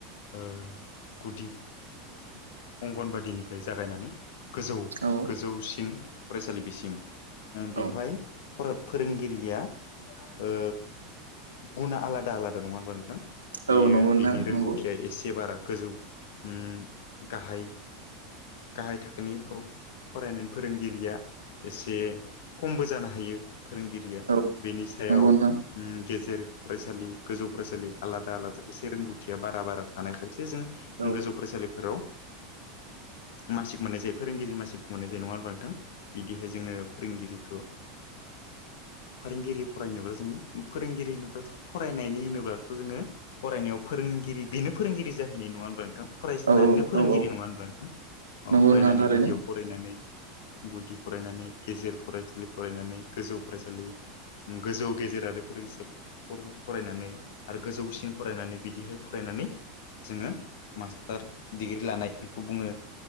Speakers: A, on the left; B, on the right.
A: ओ गुदि अंगनबादिनिफ्राय जागायनानै गोजौ
B: औ
A: गोजौसिन फरायसालि बिसिम
B: औ
A: बेवहाय फोरोंगिरिया ओ गुना आलादा आलादा नङा होमबा बियो
B: औ नंगौ नोंथां
A: बेनि रोंगथिया
B: नंगौ
A: एसे बारा गोजौ उ गाहाय गाहाय थाखोनि फरायनाय फोरोंगिरिया एसे खमबो जानो हायो फोरोंगिरिया
B: औ
A: बेनि सायाव
B: नंगौ नोंथां
A: उ गेजेर फरायसालि गोजौ फरायसालि आलादा आलादा एसे रोंगथिया बारा बारा थानायखायसो जों
B: औ
A: गोजौ फरायसालिफोराव मासिक मोननाय जायो फोरोंगिरि मासिक मोननाय जायो नङा होनबा नोंथां बिदिहाय जोङो फोरोंगिरिखौ
B: लांदां
A: फोरोंगिरि फरायनोब्ला जों फोरोंगिरि होनोब्ला फरायनायनि होनोब्लाथ' जोङो फरायनायाव फोरोंगिरि बेनो फोरोंगिरि जाहैनाय नङा होमबा फरायफिननानैनो
B: औ औ
A: फोरोंगिरि
B: औ औ
A: नङा होनबा नोंथां
B: नंगौ
A: फरायनानै
B: नोंथां थारैनो
A: गुदियाव फरायनानै गुदि फरायनानै गेजेर फरायसालि फरायनानै गोजौ फरायसालि गोजौ गेजेर आरो फोरोंसाफोर फरायनानै आरो गोजौसिन फरायनानै बिदिहाय फरायनानै जोङो मास्टार डिग्रि लानाय बेखौ बुङो